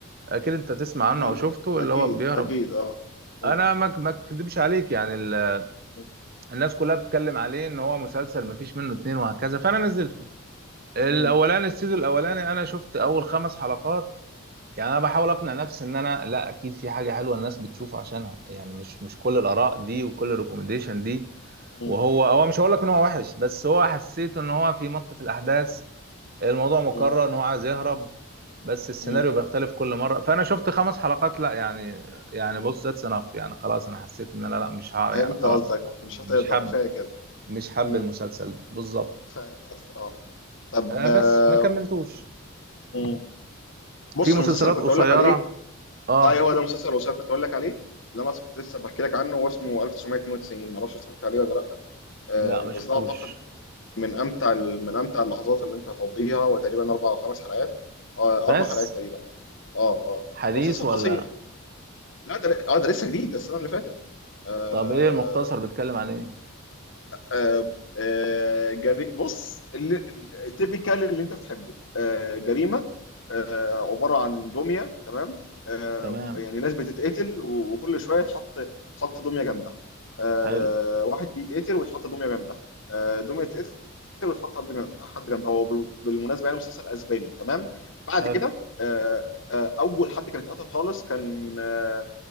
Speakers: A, on the right; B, on the left.
A: اكيد انت تسمع
B: اكيد
A: عنه او شفته
B: اكيد
A: اللي هو بيهرب
B: اكيد اه م-
A: انا ما ما اكدبش عليك يعني ال...
B: م-
A: الناس كلها بتتكلم عليه ان هو مسلسل ما فيش منه اتنين وهكذا فانا نزلته الاولاني
B: م-
A: السيزون الاولاني انا شفت اول خمس حلقات يعني انا بحاول اقنع نفسي ان انا لا اكيد في حاجه حلوه الناس بتشوفه عشانها يعني مش مش كل الاراء دي وكل الريكومنديشن دي
B: م-
A: وهو هو مش هقول لك ان هو وحش بس هو حسيت ان هو في مط في الاحداث الموضوع مكرر
B: م-
A: ان هو عايز يهرب بس السيناريو
B: م.
A: بيختلف كل مره فانا شفت خمس حلقات لا يعني يعني بص ذاتس انف يعني خلاص انا حسيت ان انا لا مش هعرف
B: فهمت
A: يعني خلاص
B: قصدك مش
A: مش
B: هتقدر
A: حاب
B: كفايه كده
A: مش حاب
B: م.
A: المسلسل ده بالظبط
B: فاهم قصدك اه طب
A: آه
B: آه،
A: بس ما كملتوش
B: م. بص
A: في مسلسلات
B: المسلسل اللي
A: قصيره
B: كنت اقول لك عليه
A: اه
B: اه هو ده مسلسل الوثائقي كنت اقول لك عليه اللي انا أصلاً كنت لسه بحكي لك عنه هو اسمه 1992 ما اعرفش اتفرجت عليه ولا لا آه
A: لا ما
B: بس
A: شفتوش
B: ده اعتقد من امتع من امتع اللحظات اللي انت هتقضيها هو تقريبا اربع او خمس حلقات آه،
A: بس
B: اربع حلقات تقريبا اه اه
A: حديث
B: هو مسلسل
A: ولا
B: قصير لا ده اه ده لسه جديد ده السنه اللي فاتت آه
A: طب ايه المختصر بيتكلم عن ايه
B: آه، آه، جري بص اللي تيبيكال اللي انت بتحبه آه، جريمه آه، عباره عن دميه تمام آه،
A: تمام
B: يعني ناس بتتقتل و- وكل شويه تحط تحط دميه جنبها آه،
A: حلو
B: واحد يتقتل ويتحط دميه جنبها آه، دميه تتقتل وتحط حد جن- حد جنبها هو بال- بالمناسبه يعني مسلسل اسباني تمام بعد
A: حلو
B: كده آه، آه، اول حد كان اتقتل خالص كان آه،